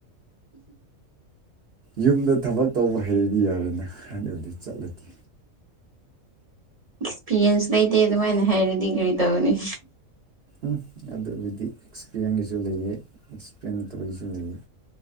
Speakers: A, on the right (about 50°); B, on the right (about 30°).
A: ꯌꯨꯝꯗ ꯊꯕꯛ ꯇꯧꯕ ꯍꯩꯔꯗꯤ ꯌꯥꯔꯦꯅꯦ ꯍꯥꯟꯅ ꯍꯧꯗꯤ ꯆꯠꯂꯗꯤ
B: ꯑꯦꯛꯁꯄꯤꯔꯤꯌꯦꯟꯁ ꯂꯩꯇꯦ ꯑꯗꯨꯃꯥꯏꯅ ꯍꯥꯏꯔꯗꯤ ꯀꯔꯤ ꯇꯧꯒꯅꯤ
A: ꯎ ꯑꯗꯨꯕꯨꯗꯤ ꯑꯦꯛꯁꯄꯤꯔꯤꯟꯒꯤꯁꯨ ꯂꯩꯌꯦ ꯑꯦꯛꯁꯄꯤꯔꯤꯟ ꯅꯠꯇꯕꯒꯤꯁꯨ ꯂꯩꯑꯦ